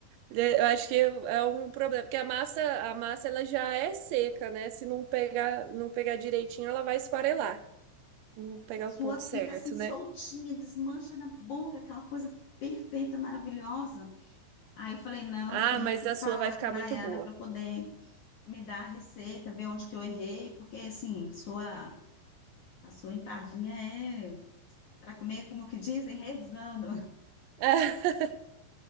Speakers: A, on the right (about 80°); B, on the left (about 60°).
A: eu acho que é um problema, porque a massa, a massa ela já é seca, né? Se não pegar, não pegar direitinho, ela vai esfarelar, não pegar
B: que a sua
A: o ponto certo,
B: fica assim soltinha,
A: né?
B: desmancha na boca, aquela coisa perfeita, maravilhosa. Aí eu falei, não,
A: Ah,
B: tenho
A: mas
B: que
A: a sua
B: falar
A: vai ficar
B: com a Nayara
A: muito boa.
B: para poder me dar a receita, ver onde que eu errei, porque assim, sua A sua empadinha é para comer, como que dizem, rezando.
A: <laughs>